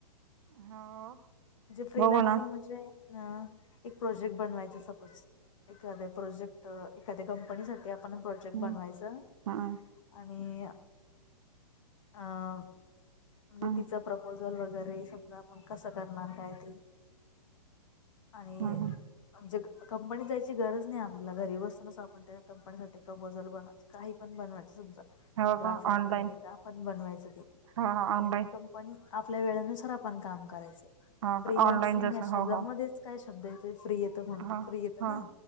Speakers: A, on the right; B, on the left.
A: हो
B: फ्रिलान्सिंग
A: बघू ना
B: म्हणजे? अ एक प्रोजेक्ट बनवायचा सपोज. एखाद्या प्रोजेक्ट, एखाद्या कंपनीसाठी आ आपण प्रोजेक्ट
A: हम्म
B: बनवायचं
A: हम्म
B: आणि, आ.. मं. म्हणजे
A: हम्म
B: तिचा प्रपोझल वगैरे, समजा आपण कसं करणार काय ते. आणि,
A: हम्म.
B: म्हणजे कंपनीत जायची गरज नाही आपल्याला, घरी बसूनच आपण ते कंपनीसाठी प्रपोजल बन काही पण बनवायचं तुमचं,
A: हो
B: ग्राफिक
A: का ऑनलाईन
B: वगैरे तर आपण बनवायचं ते.
A: हो हो
B: आणि
A: ऑनलाईन
B: ती कंपनी आपल्या वेळेनुसार आपण काम करायचं,
A: हो
B: फ्रीलान्सिंग
A: का ऑनलाईन जस
B: या शब्दामध्येच.
A: हो हो
B: काय शब्द येतोय फ्री येतो म्हणून,
A: हो
B: फ्री येतं
A: हो
B: ना